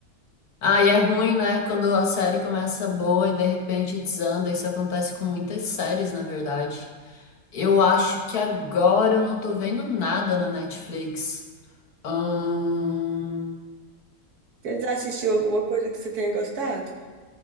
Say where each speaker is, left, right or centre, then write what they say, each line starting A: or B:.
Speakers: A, on the left (about 80°); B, on the right (about 80°).
A: ah, e é ruim, né? Quando a série começa boa e de repente desanda. Isso acontece com muitas séries, na verdade. Eu acho que agora eu não tô vendo nada na Netflix. Ahn,
B: Você já assistiu alguma coisa que você tenha gostado?